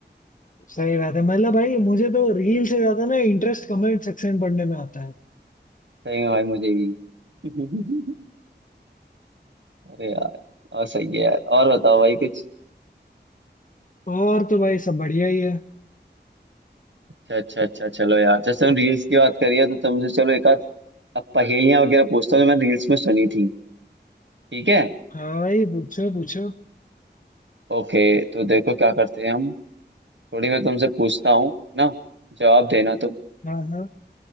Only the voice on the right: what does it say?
सही में भाई मुझे भी <laughs> अरे यार और सही है यार और बताओ भाई कुछ
अच्छा अच्छा अच्छा चलो यार जैसे हम रील्स की बात करी है तो तुमसे चलो एक आध अब पहेलियां वगैरह पूछता हूँ जो मैंने रील्स में सुनी थी ठीक है
ओके तो देखो क्या करते हैं हम थोड़ी मैं तुमसे पूछता हूँ ना जवाब देना तुम